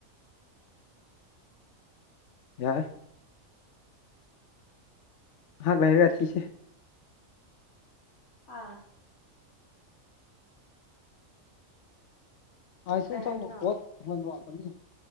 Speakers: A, on the left; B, on the left.
A: ꯌꯥꯏ ꯍꯥꯥꯛ ꯥꯏ ꯔꯤꯁ
B: ꯑꯥ
A: ꯑ ꯁꯨꯡ
B: ꯀꯩ
A: ꯁꯪꯗ
B: ꯍꯥꯏꯕꯅꯣ
A: ꯄꯣꯠ ꯍꯗ ꯋꯥꯀꯅꯤ